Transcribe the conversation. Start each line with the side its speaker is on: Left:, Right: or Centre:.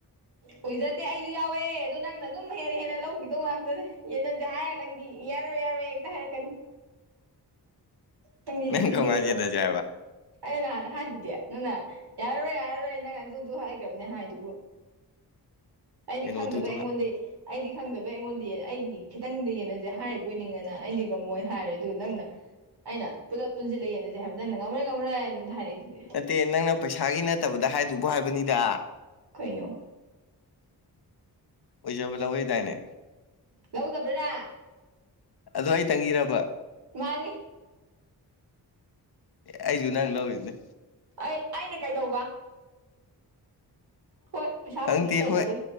Right: ꯑꯣꯏꯖꯗꯦ ꯑꯩꯁꯨ ꯌꯥꯎꯋꯦ ꯑꯗꯣ ꯅꯪꯅ ꯑꯗꯨꯝ ꯍꯦꯟꯅ ꯍꯦꯟꯅ ꯂꯧꯈꯤꯗꯧ ꯉꯥꯛꯇ ꯌꯦꯟꯅꯁꯦ ꯍꯥꯏꯔꯦ ꯅꯪꯗꯤ ꯌꯥꯔꯣꯏ ꯌꯥꯔꯣꯏ ꯍꯦꯛꯇ ꯍꯥꯏꯔꯛꯀꯅꯤ ꯅꯪꯁꯦ ꯂꯛꯇꯤ
Left: ꯅꯪ ꯀꯃꯥꯏꯅ
Right: ꯂꯤꯛꯑꯦꯀꯣ꯫
Left: ꯍꯦꯟꯅꯁꯦ ꯍꯥꯏꯕ
Right: ꯑꯩ ꯅꯍꯥꯟ ꯍꯥꯏꯗꯨꯗꯤ ꯅꯪꯅ ꯌꯥꯔꯔꯣꯏ ꯌꯥꯔꯔꯣꯏ ꯅꯪ ꯑꯗꯨꯗꯨ ꯍꯥꯏꯈ꯭ꯔꯕꯅꯦ ꯍꯥꯏꯗꯨꯕꯨ꯫ ꯑꯩꯗꯤ
Left: ꯀꯩꯅꯣꯗꯨꯗꯣ
Right: ꯈꯪꯗꯕꯩ ꯑꯩꯉꯣꯟꯗꯩ꯫ ꯑꯩꯗꯤ ꯈꯪꯗꯕꯩ ꯑꯩꯉꯣꯟꯗ ꯑꯩꯒꯤ ꯈꯤꯇꯪꯗꯤ ꯌꯦꯅꯁꯦ ꯍꯥꯏꯔꯤꯕꯅꯤꯅꯅ ꯑꯩꯗꯤ ꯉꯝꯃꯣꯏꯅ ꯍꯥꯏꯔꯦ ꯑꯗꯨꯒ ꯅꯪꯅ꯫ ꯑꯩꯅ ꯄꯨꯂꯞ ꯄꯨꯟꯁꯤꯜ ꯂꯩꯒꯅꯁꯦ ꯍꯥꯏꯕꯗꯤ ꯍꯥꯟꯟꯅ ꯉꯝꯔ ꯉꯝꯃꯔꯦꯅꯗ ꯍꯥꯏꯔꯛꯏꯗꯨꯗꯤ꯫
Left: ꯅꯠꯇꯦ ꯅꯪꯅ ꯄꯩꯁꯥꯒꯤ ꯅꯠꯇꯕꯗ ꯍꯥꯏꯗꯨꯕꯨ ꯍꯥꯏꯕꯅꯤꯗ꯫
Right: ꯀꯩꯅꯣ꯫
Left: ꯑꯣꯏꯖꯕ ꯂꯧꯏ ꯍꯥꯏꯗꯥꯏꯅꯦ꯫
Right: ꯂꯧꯗꯕ꯭ꯔꯔꯥ꯫
Left: ꯑꯗꯨ ꯑꯩ ꯇꯪꯒꯤꯔꯕ꯫
Right: ꯃꯥꯅꯤ
Left: ꯑꯩꯁꯨ ꯅꯪ ꯂꯧꯔꯤꯗꯨꯅꯤ꯫
Right: ꯑꯩ ꯑꯩꯅ ꯀꯩꯗꯧꯕ꯫ ꯍꯣꯏ ꯄꯩꯁꯥꯕꯨꯗꯤ
Left: ꯈꯪꯗꯦ ꯑꯩꯈꯣꯏ
Right: ꯈꯔ ꯂꯧꯋꯦ